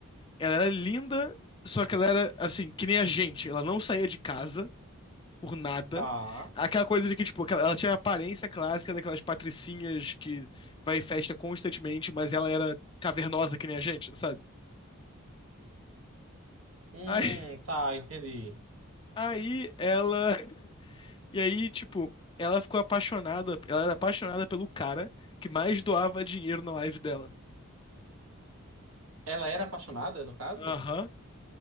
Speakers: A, on the left (about 20°); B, on the right (about 70°).
A: Ela era linda, só que ela era, assim, que nem a gente. Ela não saía de casa por nada.
B: Tá.
A: Aquela coisa de que, tipo, aquela- ela tinha a aparência clássica daquelas patricinhas que vai em festa constantemente, mas ela era cavernosa que nem a gente, sabe?
B: Hum,
A: Aí,
B: tá, entendi.
A: aí ela. E aí, tipo, ela ficou apaixonada. Ela era apaixonada pelo cara que mais doava dinheiro na live dela.
B: Ela era apaixonada, no caso?
A: Aham.